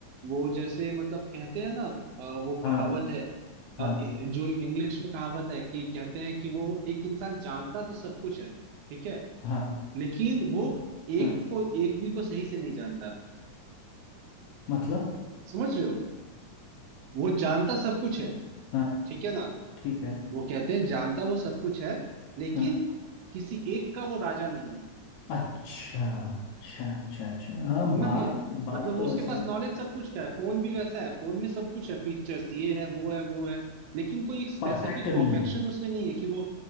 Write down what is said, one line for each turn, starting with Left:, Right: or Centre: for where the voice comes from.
Right: वो जैसे मतलब कहते हैं ना अ, वो
Left: हाँ
Right: कहावत है
Left: हाँ
Right: अ, ए- जो इंग्लिश में कहावत है कि कहते हैं कि वो एक इंसान जानता तो सब कुछ है ठीक है
Left: हाँ
Right: लेकिन वो
Left: हाँ
Right: एक को एक भी को सही से नहीं जानता
Left: मतलब
Right: समझ रहे हो वो जानता सब कुछ है
Left: हाँ
Right: ठीक है ना
Left: ठीक है
Right: वो कहते हैं जानता वो सब कुछ है लेकिन
Left: हाँ
Right: किसी एक का वो राजा नहीं है
Left: अच्छा अच्छा अच्छा अच्छा हाँ
Right: समझ
Left: बात
Right: गए
Left: बात
Right: मतलब वो
Left: तो
Right: उसके
Left: वैसे
Right: पास नॉलेज सब कुछ का है फोन भी वैसा है फोन में सब कुछ है फीचर्स ये है वो है वो है लेकिन कोई एक स्पेसिफिक
Left: परफेक्ट नहीं
Right: परफेक्शन
Left: है
Right: उसमें नहीं है कि वो